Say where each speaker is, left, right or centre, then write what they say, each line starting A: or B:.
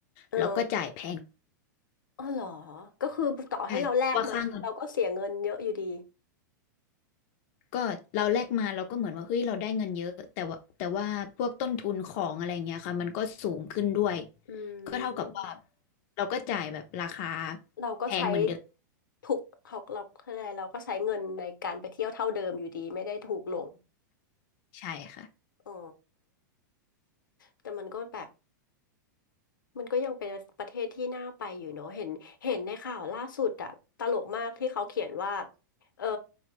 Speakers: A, on the left (about 85°); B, on the left (about 50°).
A: เออ
B: เราก็จ่ายแพง
A: อ๋อเหรอ ก็คือต่อให้เราแลกมาเราก็เสียเงินเยอะอยู่ดี
B: ใช่ว่าค่าเงิน ก็เราแลกมาเราก็เหมือนว่าเฮ้ยเราได้เงินเยอะแต่ว่าแต่ว่าพวกต้นทุนของอะไรเงี้ยค่ะมันก็สูงขึ้นด้วย
A: อื
B: ก็เท่ากับว่า
A: ม
B: เราก็จ่ายแบบราคา
A: เราก็ใช้
B: แพงเหมือนเดิม
A: ถูกเขาเราอะไรเราก็ใช้เงินในการไปเที่ยวเท่าเดิมอยู่ดีไม่ได้ถูกลง
B: ใช่ค่ะ
A: อ๋อ แต่มันก็แบบ มันก็ยังเป็นประเทศที่น่าไปอยู่เนอะเห็นเห็นในข่าวล่าสุดอะตลกมากที่เขาเขียนว่า เออ